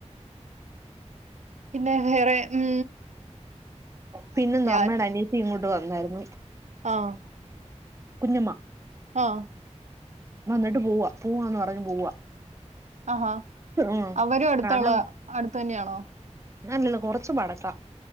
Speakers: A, on the right (about 75°); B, on the right (about 25°).
A: പിന്നെ വേറെ ഉം
B: പിന്നെ ന്നമ്മളനിയത്തിംങ്ങോട്ട്
A: ഞാൻ
B: വന്നായ്രുന്നു
A: ആഹ്
B: കുഞ്ഞമ്മ
A: ആഹ്
B: വന്നിട്ട് പോവാ പോവാന്ന് പറഞ്ഞ് പോവാ
A: ആഹാ
B: ഉം
A: അവരും അടുത്തുള്ളേ
B: കാണാൻ
A: അടു ത്തന്നെയാണോ
B: <unintelligible> കൊറച്ച് ബടത്ത